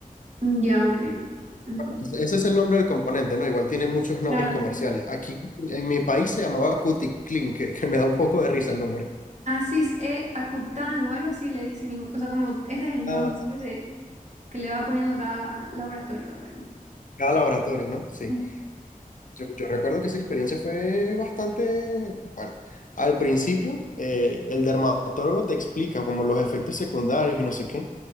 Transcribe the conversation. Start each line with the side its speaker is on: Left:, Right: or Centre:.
Right: Mm, Ya, ok. Ujú.
Left: Ese ese es el nombre del componente, ¿no? Igual tiene muchos nombres
Right: Claro.
Left: comerciales. Aquí en mi país se llamaba Cuticlin, que, que me da un poco de risa el nombre.
Right: Asis e Acután o algo así le dicen. y- O sea, como ese es el
Left: Ah,
Right: nombre
Left: sí.
Right: de- que le va poniendo cada laboratorio. digamos.
Left: Cada laboratorio, ¿no? Sí.
Right: Ujú.
Left: Yo, yo recuerdo que esa experiencia fue bastante, bueno, al principio eh, el dermatólogo te explica como los efectos secundarios y no sé qué,